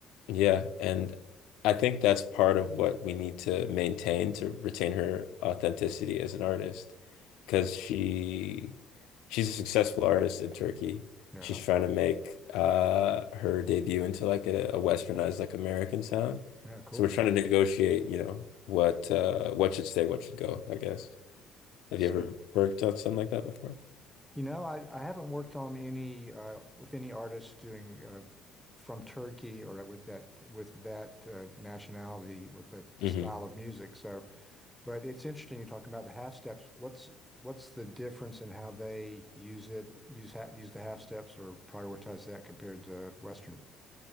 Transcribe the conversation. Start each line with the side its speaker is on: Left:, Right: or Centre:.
Left: yeah, and I think that's part of what we need to maintain to retain her authenticity as an artist, because she she's a successful artist
Centre: Mm.
Left: in Turkey.
Centre: Yeah,
Left: She's trying to make uh, her debut into like a, a westernized like American sound.
Centre: yeah, cool.
Left: So we're trying to negotiate, you know, what uh, what should stay, what should go, I guess. Have
Centre: So,
Left: you ever worked on something like that before?
Centre: you know, I I haven't worked on any uh, with any artists doing uh, from Turkey or with that with that uh, nationality with that
Left: Mm-hmm.
Centre: style of music. So But it's interesting you're talking about the half steps. What's what's the difference in how they use it, use ha use the half steps or prioritize that compared to Western?